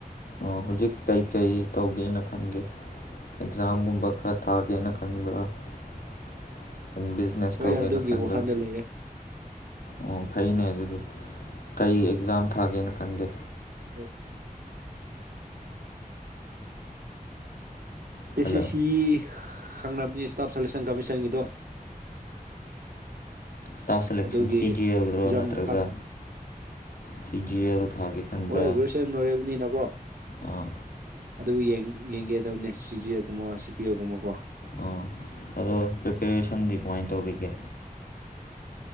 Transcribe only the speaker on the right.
ꯍꯣꯏ
ꯑꯗꯨꯒꯤ
ꯋꯥꯈꯟꯗ ꯂꯩꯌꯦꯦ
ꯎꯝ ꯀꯦ
ꯁꯤ ꯁꯤ ꯏ ꯈꯥꯡꯝꯅꯤ ꯏꯁꯇꯥꯞ ꯁꯦꯂꯦꯛꯁꯟ ꯀꯃꯤꯁꯟꯒꯤꯗꯣ
ꯑꯗꯨꯒꯤ
ꯑꯦꯛꯖꯥꯝ
ꯃꯈꯜ
ꯍꯣꯏꯒ꯭ꯔꯁ ꯅꯔꯕꯅꯤ ꯅꯀꯣ
ꯑꯗꯨ ꯌꯦꯡꯒꯦꯗꯕꯅꯦ ꯁꯤꯖꯤꯜꯒꯨꯝꯕ ꯁꯤ ꯄꯤꯌꯒꯨꯝꯕꯀꯣ